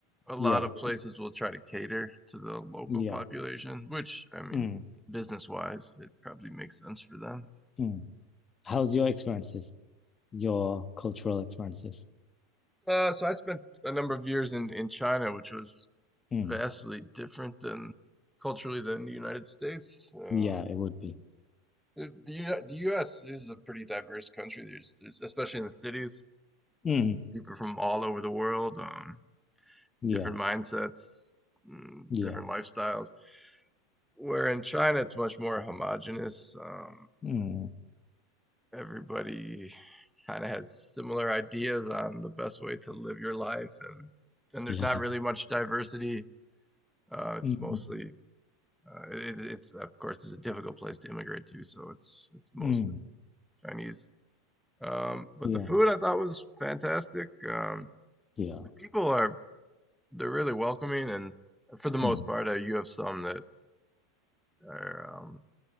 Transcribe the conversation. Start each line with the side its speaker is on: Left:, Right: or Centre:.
Centre: a lot
Left: Yeah,
Centre: of places will try to cater to the local
Left: yeah.
Centre: population, which I mean,
Left: Mm,
Centre: business wise, it probably makes sense for them.
Left: mm. How's your experiences? Your cultural experiences?
Centre: Uh, so I spent a number of years in in China, which was
Left: Mm,
Centre: vastly different than culturally than the United States. Uh,
Left: yeah, it would be.
Centre: the the U- the U.S. is a pretty diverse country. There's, there's especially in the cities.
Left: Mm,
Centre: people from all over the world, um,
Left: yeah,
Centre: different mindsets, mm,
Left: yeah.
Centre: different lifestyles. Where in China, it's much more homogenous. Um,
Left: Mm,
Centre: everybody kind of has similar ideas on the best way to live your life, and and there's
Left: yeah.
Centre: not really much diversity. Uh, it's
Left: Mm,
Centre: mostly uh, it, it's of course it's a difficult place to immigrate to, so it's it's mostly
Left: mm,
Centre: Chinese. Um, but
Left: yeah,
Centre: the food I thought was fantastic. Um,
Left: yeah.
Centre: the people are they're really welcoming, and for the most
Left: Mm,
Centre: part, uh, you have some that are um,